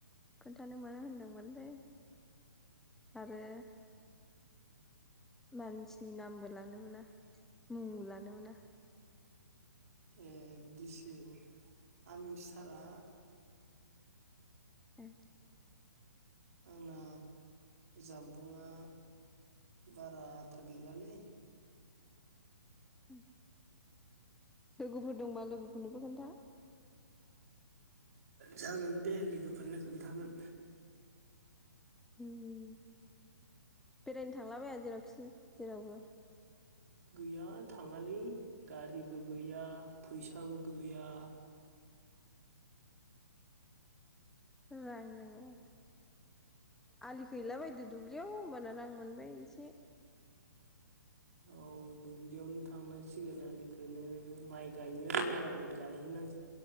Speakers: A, in the centre; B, on the right (about 45°).
A: खोन्थानो मोना होनदोंमोनलै आरो मानसिनि नामबो लानो मोना मुं लानो मोना।
B: ए बिदिसो आं मोनथिथारा,
A: ओ
B: आंना जामबुंआ बारा आदार गैलालै,
A: ओम लोगोफोर दंबा लोगोफोरनोबो खोन्था,
B: जागोन दे लोगोफोरनो खोन्थागोन।
A: ओम बेरायनो थांलाबाया जेरावखि जेरावबो,
B: गैया थाङालै गारिबो गैया फैसाबो गैया,
A: रां नाङो आलि खोहैला बायदो दुब्लियाव होनबाना रां मोनबाय एसे,
B: औ दुब्लियावनो थांनांसिगोन आलि खोनो माइ गायनो रोङाबाबो गायहैनां